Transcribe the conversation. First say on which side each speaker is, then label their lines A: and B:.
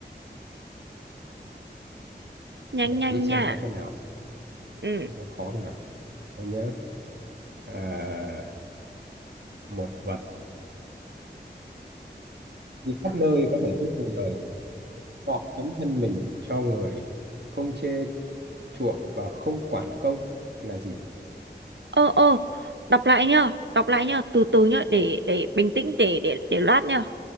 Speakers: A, on the right; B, on the right.
A: nhanh
B: để
A: nhanh
B: nghĩ xem
A: nha
B: có cái nào
A: ừ
B: nó khó không nào đây nhé à, một vật đi khắp nơi có thể giúp người tọt tấm thân mình cho người không chê chuộng và không quản công là gì
A: ờ ờ đọc lại nhá đọc lại nhá từ từ nhá để để bình tĩnh để để để loát nhá